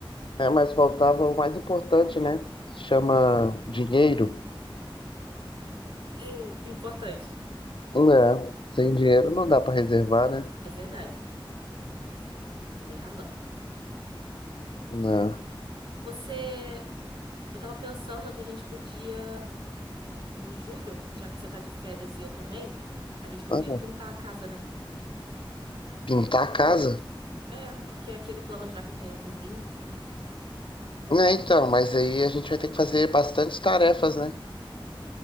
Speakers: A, on the left (about 65°); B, on the right (about 65°).
A: É, mas faltava o mais importante, né? Se chama dinheiro.
B: <laughs> Importante.
A: Não. Sem dinheiro não dá pra reservar, né?
B: É verdade. Você tem razão.
A: Não.
B: Você Eu tava pensando que a gente podia, em julho, já que você tá de férias e eu também, a gente podia
A: Ah,
B: pintar a casa, né?
A: Pintar a casa?
B: É, que é aquele plano já que eu tenho há um tempinho.
A: É, então, mas aí a gente vai ter que fazer bastantes tarefas, né?